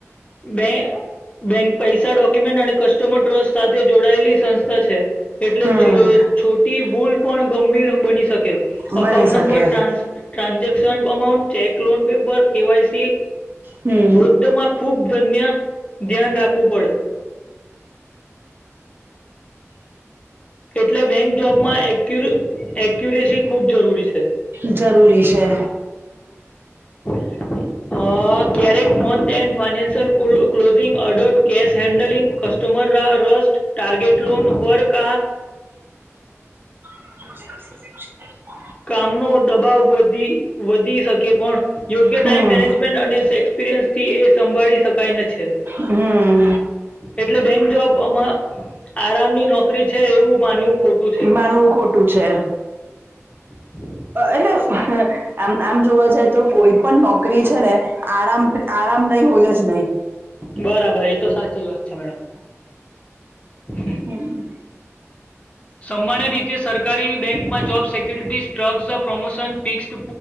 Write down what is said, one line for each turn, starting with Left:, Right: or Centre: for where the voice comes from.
Left: બે. બેંક પૈસા ડોક્યુમેન્ટ અને કસ્ટમર ટ્રસ્ટ સાથે જોડાયેલી સંસ્થા છે. એટલે
Right: હમ
Left: છોટી ભૂલ પણ ગંભીર બની શકે.
Right: બની
Left: અકાઉન્ટ
Right: શકે
Left: number trans. Transaction amount check loan paper KYC
Right: હમ
Left: વૃદ્ધમાં. ખુબ ધન્ય ધ્યાન રાખવું પડે. એટલે બેંક જોબમાં એકુ એક્યુરેસી ખૂબ જરૂરી છે.
Right: જરૂરી છે.
Left: <inaudible> ક્યારેક મંથ એન્ડ ફાાયનાન્સિયલ ક્લોઝિંગ અડર્ટ cash handling કસ્ટ. Customer rush target loan વર ક.
Right: <inaudible>
Left: કામનો દબાવ વધી વધી શકે પણ. યોગ્ય ટાઈમ
Right: હમ
Left: મેનેજમેન્ટ અને એક્સપિરિયન્સ થી એ સંભાળી શકાય છે.
Right: હમ.
Left: એટલે બેંક જોબમાં આરામની નોકરી છે એવું માનવું ખોટું. છે
Right: માનવું ખોટું છે.
Left: <inaudible> <inaudible>
Right: એટલે આમ આમ જોવા જાય તો કોઈ પણ નોકરી છે ને આરામ. આરામ નહી હોય જ નહી.
Left: બરાબર એ તો સાચી જ વાત છે મેડમ હ.
Right: હમ્મ.
Left: સામાન્ય રીતે સરકારી બેંકમાં જોબ સેિક્યુરિટી સ્ટ્રગસ પ્રમોશન ફિક્સ